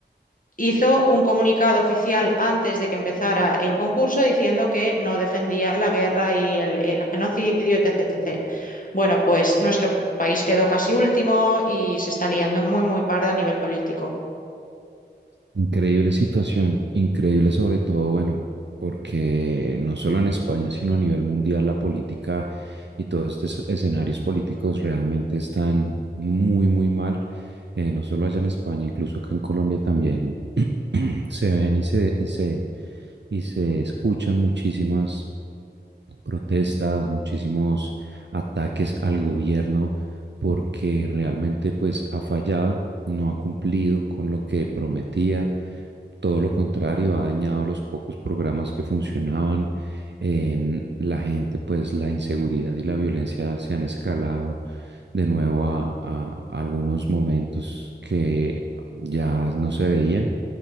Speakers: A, on the left (about 50°); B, on the right (about 75°).
A: hizo un comunicado oficial antes de que empezara el concurso diciendo que no defendía la guerra y el, el genocidio, etcétera. etc. Bueno, pues nuestro país quedó casi último y se está liando muy, muy parda a nivel político.
B: Increíble situación, increíble sobre todo, bueno, porque no solo en España, sino a nivel mundial, la política y todos estos escenarios políticos realmente están muy, muy mal. Eh, no solo allá en España, incluso acá en Colombia también <clears throat> se ven y se, y se, y se escuchan muchísimas protestas, muchísimos ataques al gobierno porque realmente pues ha fallado, no ha cumplido con lo que prometía todo lo contrario, ha dañado los pocos programas que funcionaban. Em, la gente, pues la inseguridad y la violencia se han escalado de nuevo a, a algunos momentos que ya no se veían.